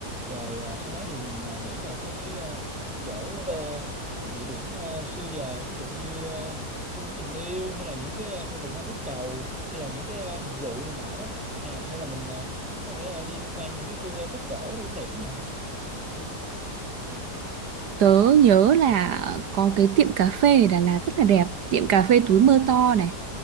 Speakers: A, in the centre; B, on the right (about 75°).
A: rồi ờ, sau đó thì mình ờ, nghĩ là có cái ờ, chỗ ờ, địa điểm ờ, xưa giờ ví dụ như ờ, thung lũng tình yêu hay là những cái ờ, vườn hoa tú cầu hay là những cái ờ, hầm rượu này nọ đó à hay là mình ờ, có thể ờ, đi tham quan những cái khu ờ, phố cổ nó cũng đẹp lắm nè
B: tớ nhớ là có cái tiệm cà phê ở Đà Lạt rất là đẹp tiệm cà phê túi mơ to này